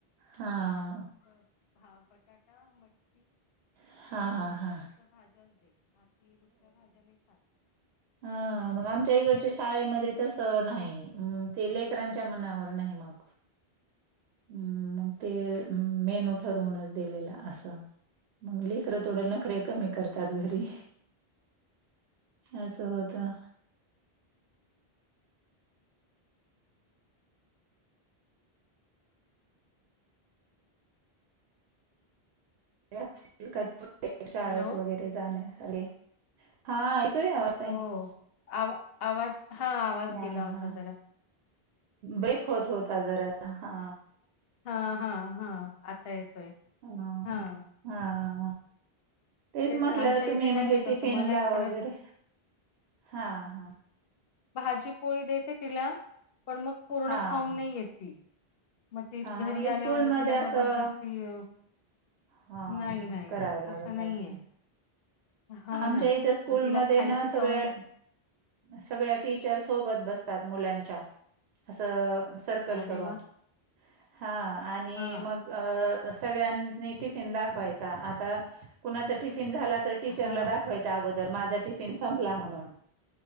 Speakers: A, on the right; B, on the left.
A: हां.
B: तिला फक्त <inaudible> बटाटा मटकी
A: हां,
B: फ्लॉवर
A: हां, हां.
B: अशा भाज्याच दे ती दुसऱ्या भाज्या नाही खात.
A: हा मग
B: तिला
A: आमच्या इकडच्या
B: असंच
A: शाळेमध्ये
B: खरं तर
A: तस नाही ते लेकरांच्या मनावर नाही मग. हम्.. मग ते मेनू ठरवूनच दिलेलं असं. मग लेकरं तोडेल <inaudible> नके कमी करतात. घरी असं होतं. <unintelligible> <inaudible> शाळेत
B: हॅलो.
A: वगैरे जाण्या सारे हां येतोय आवाज. ताई?
B: हो आवा आवाज हां, आवाज
A: हा
B: गेला होता
A: हा
B: जरा.
A: ब्रेक होत होता. जरा हा..
B: हा. हा. हा. आता येतोय.
A: हा.
B: हां.
A: हा. तेच म्हटलं
B: ना आमच्या
A: तुम्ही
B: इथे नाहीये
A: म्हणजे.
B: तसं.
A: टिफिन
B: मलाही
A: ला
B: खरं
A: वगैरे हां. हां...
B: भाजी पोळी देते तिला, पण मग पूर्ण
A: हा
B: खाऊन
A: हा
B: नाही येत ती. मग ती
A: हा
B: घरी
A: म्हणजे स्कूलमध्ये
B: आल्यावर मग तिला
A: असं
B: जबरदस्ती अ,
A: हा
B: नाही नाही
A: करावं लागत
B: तसं नाहीये.
A: असं.
B: हा
A: आमच्या
B: ना
A: इथं स्कूलमध्ये
B: मग तिला खायची
A: ना
B: सवय
A: सगळ्या सगळ्या टीचर सोबत बसतात मुलांच्या असं सर्कल
B: अरे
A: करून,
B: वा
A: हां आणि
B: हा
A: मग. अ सगळ्यांनी टिफिन दाखवायचा. आता कुणाचा टिफिन झाला तर टीचरला
B: हा.
A: दाखवायचा अगोदर, माझा टिफिन संपला म्हणून.